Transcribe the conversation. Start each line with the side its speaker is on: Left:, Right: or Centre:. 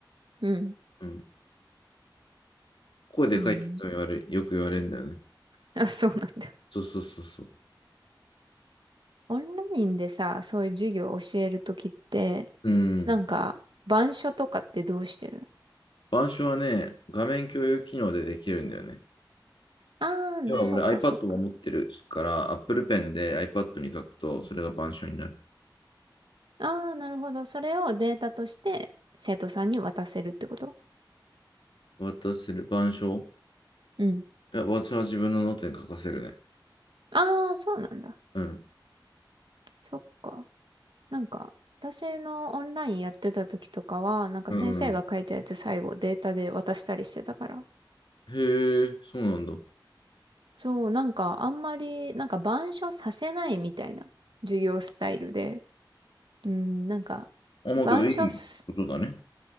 Right: うん。
Left: うん。声でかいっていつも言われ、
Right: うん。
Left: よく言われるんだよね。
Right: あ、そうなんだ。
Left: そうそうそうそう。
Right: オンラインでさ、そういう授業を教えるときって、
Left: うん。
Right: なんか、板書とかってどうしてるの
Left: 板書はね、画面共有機能でできるんだよね。
Right: ああー、
Left: 要は俺
Right: なそっかそっか。
Left: iPad も持ってるから、Apple Pen で iPad に書くと、それが板書になる。
Right: ああ、なるほど。それをデータとして生徒さんに渡せるってこと
Left: 渡せる板書
Right: うん。
Left: いや、私は自分のノートに書かせるね。
Right: ああ、そうなんだ。
Left: うん。
Right: そっか。なんか、私のオンラインやってた時とかは、なんか先生が書いたやつ最後データで渡したりしてたから。
Left: うんうん。へえ、そうなんだ。は
Right: そう、なんかあんまり、なんか板書させないみたいな授業スタイルで。うん、なんか、
Left: あ。思うけどいいことだね。
Right: 板書す、